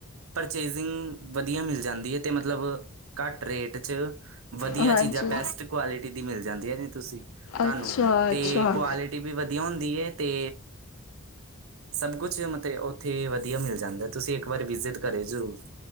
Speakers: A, on the right (about 85°); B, on the left (about 80°).
A: ਪਰਚੇਜਿੰਗ ਵਧੀਆ ਮਿਲ ਜਾਂਦੀ ਏ ਤੇ ਮਤਲਬ ਘੱਟ ਰੇਟ 'ਚ ਵਧੀਆ
B: ਹਾਂਜੀ
A: ਚੀਜ਼ਾਂ ਬੈਸਟ ਕੁਆਲਿਟੀ ਦੀ ਮਿਲ ਜਾਂਦੀ ਐ ਜੀ ਤੁਸੀਂ ਤੁਹਾਨੂੰ
B: ਅੱਛਾ
A: ਤੇ
B: ਅੱਛਾ
A: ਕੁਆਲਿਟੀ ਵੀ ਵਧੀਆ ਹੁੰਦੀ ਹੈ ਤੇ ਸਭ ਕੁਛ ਮਤਲਬ ਉੱਥੇ ਵਧੀਆ ਮਿਲ ਜਾਂਦੈ ਤੁਸੀਂ ਇੱਕ ਵਾਰ ਵਿਜ਼ਿਟ ਕਰਿਓ ਜ਼ਰੂਰ।